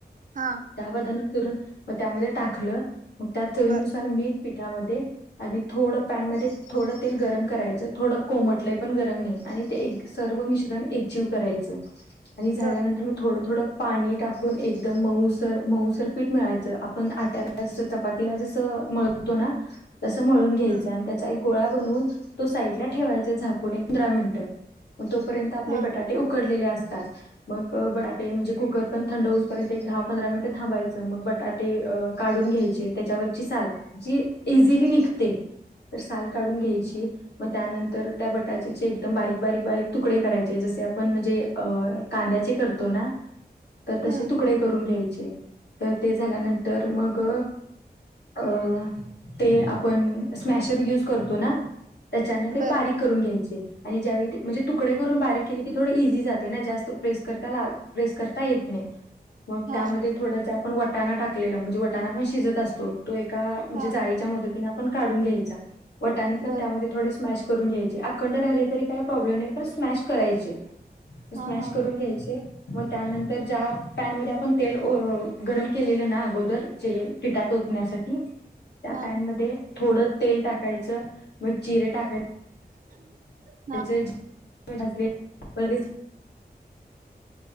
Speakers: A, on the right; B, on the left.
A: हा
B: त्या वादान चरून मग त्यामध्ये टाकलं मग त्या चवीनुसार
A: बर
B: मीठ पीठ त्यामध्ये आणी थोडं पॅनमध्ये थोडं तेल गरम करायचं थोडं कोमटलय पण गरम नाही आणि ते एक सर्व मिश्रण एकजीव करायचं आणि झाल्यानंतर
A: बर
B: मी थोडं थोडं पाणी टाकून एकदम मऊसर मऊसर पीठ मिळायचं आपण आट्याला जस चपातीला जसं मळतो ना. तसं मळून घ्यायचं
A: हम्म
B: आणि त्याचा एक गोळा बनवून तो साईड ला ठेवायचा झाकून एक पंधरा मिनिटं. तोपर्यंत आपले
A: हा
B: बटाटे उकडलेले असतात. मग बटाटे म्हणजे कुकर पण थंड होऊ पर्यंत एक दहा पंधरा मिनिटं थांबायचं मग बटाटे. ते काढून घ्यायचे त्याच्यावरची साल जी इझीली निघते. तर साल काढून घ्यायची. मग त्यानंतर त्या बटाट्याचे एकदम बारीक-बारीक-बारीक तुकडे करायचे जसे आपण म्हणजे. अ कांद्याचे करतो ना तर तसे
A: हम्म
B: तुकडे करून घ्यायचे. तर ते झाल्यानंतर मग. अ ते आपण स्मॅशर युज करतो ना. त्याच्यान ते
A: बर
B: बारीक करून घ्यायचे आणि ज्यावेळी ते म्हणजे तुकडे
A: हा
B: करून बारीक केले की थोडं इझी जात. ते ना जास्त प्रेस करता प्रेस करता येत नाही मग
A: हा
B: त्यामध्ये. थोडं जे आपण वटाणा टाकलेलं म्हणजे वटाणा पण शिजत असतो तो एका म्हणजे
A: हा
B: जाळीच्या मदतीने. काढून घ्यायचा वाटणे पण
A: बर
B: त्यामध्ये. थोडे स्मॅश करून घ्यायचे अखंड राहिले तरी काही प्रॉब्लेम नाही. पण स्मॅश करायचे. स्मॅश
A: हा हा
B: करून घ्यायचे. मग त्यानंतर ज्या पॅनमध्ये आपण तेल गरम केलेलं ना अगोदर जे. पिटात ओतण्यासाठी. त्या
A: हा
B: पॅन मध्ये थोडं तेल टाकायचं मग जिरे टाकायचं.
A: <unintelligible>
B: <unintelligible>